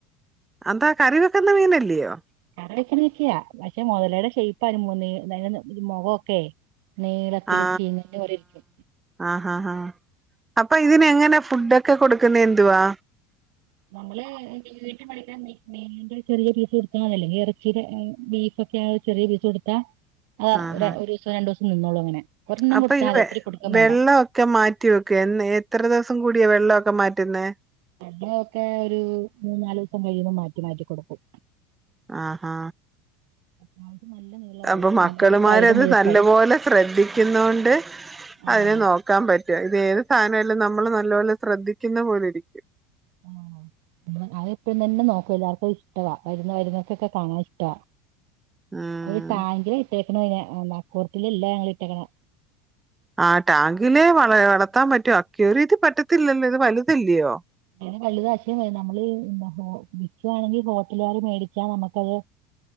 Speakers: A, on the right; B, on the right.
A: അതെന്താ കറി വെക്കുന്ന മീനല്ലയോ
B: കറി വെക്കണക്കിയാ പക്ഷെ മുതലയുടെ ഷേയ്പാ അയ്ന് മൂന്ന് <unintelligible> മുഖം ഒക്കെ നീളത്തില്
A: ആ
B: ചീനിൻ്റെ പോലെയിരിക്കും
A: ആഹാ ഹാ അപ്പൊ ഇതിന് എങ്ങനെ ഫുഡ് ഒക്കെ കൊടു ക്കുന്ന എന്തുവാ
B: നമ്മള് വീട്ടിൽ മേടിക്കണ മീ മീനിൻ്റെ ചെറിയ പീസ് കൊടുത്താ മതി അല്ലേ ഇറച്ചിയുടെ ബീഫ് ഒക്കെ ആ ചെറിയ പീസ് കൊടുത്താ ആഹ്
A: ആഹാ
B: ഒര ഒരീസം രണ്ടോ നിന്നോളും അങ്ങനെ ഒരെണ്ണം
A: അപ്പൊ
B: കൊടുത്താ
A: ഈ
B: മതി
A: വെ
B: ഒത്തിരി കൊടുക്കും
A: വെള്ളൊക്കെ
B: വേണ്ട
A: മാറ്റി വെക്കെ എ എത്ര ദിവസം കൂടിയ വെള്ളമൊക്കെ മാ റ്റ്ന്നെ
B: വെള്ള നക്കെ ഒരു മൂന്ന് നാലൂസം കഴിയുമ്പം മാറ്റി മാറ്റി കൊടുക്കും
A: ആഹാ
B: <unintelligible> നീളമായി
A: അപ്പൊ മക്കളുമാരത്
B: നമ്മുടെയൊക്കെ കൈയുടെ മുഴുപ്പായി
A: നല്ലപോലെ ശ്രദ്ധിക്കുന്ന കൊണ്ട്
B: ആഹ്
A: അതിനെ നോക്കാൻ പറ്റു ആ ഏത് സാനായാലും നമ്മള് നല്ലപോലെ ശ്രദ്ധിക്കുന്ന പോല ഇരിക്കും
B: ആ അ എപ്പഴും തന്നെ നോക്കും എല്ലാവർക്കും ഇഷ്ടവാ വരുന്ന വരുന്നവർക്കൊക്കെ കാണാൻ ഇഷ്ടവാ
A: ഉം
B: ഒരു ട്ടാങ്കിലാ ഇട്ടെ ക്ക്ണയ്നെ അ നക്കോറിയത്തിലല്ല ഞങ്ങള് ഇട്ടേക്കണ
A: ആ ടാങ്കില് വള വളർത്താൻ പറ്റോ ക്യോറിയത്തി പറ്റത്തില്ലല്ലോ ഇത് വലു തല്ലിയോ
B: അയ്‌നെ വലുതാക്കിയാ മതി നമ്മള് <unintelligible> ഹോ വിക്കുവാണെങ്കി ഹോട്ടലുകാർ മേടിച്ചാ നമുക്കത്